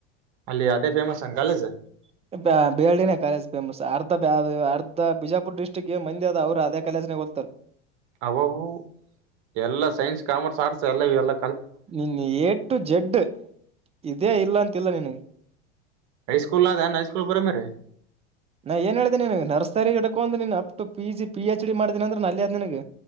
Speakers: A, on the right; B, on the right.
A: ಅಲ್ಲಿ ಅದೇ ಫೇಮಸ್ಸನ್ ಕಾಲೇಜು.
B: <inaudible> ಬ ಬೇಳ್ಳಿನೇ ಕಾಲೇಜ್ ಫೇಮಸ್ ಅರ್ಧ ಕ ಅರ್ಧ ಬಿಜಾಪುರ್ ಡಿಸ್ಟ್ರಿಕ್ ಗೆ ಮಂದ ಅದ ಅವರು ಅದೇ ಕಾಲಜನೆ ಓತ್ತಾರ.
A: ಅ ಬ ಬ ಬ ಎಲ್ಲ ಸೈನ್ಸ್ ಕಾಮರ್ಸ್ ಆರ್ಟ್ಸ್ ಎಲ್ಲ ಇಲ್ಲ
B: ನಿನ್ ಏಟು ಜೆಡ್ ಇದೇ ಇಲ್ಲ ಅಂತಿಲ್ಲ ನಿನಗ.
A: ಹೈ ಸ್ಕೂಲ್ ಆದಾನ್ ಹೈ ಸ್ಕೂಲ್ ಪ್ರೈಮರಿ.
B: ನಾ ಏನು ಹೇಳ್ದೇ ನಿನಗ ನರ್ಸರಿ ಇಟ್ಕೊಂದ ನೀನ್ up to P G P H D ಮಾಡ್ದಿನಂದ್ರ ಅಲ್ಲೇ ಆದ್ ನಿನಗ.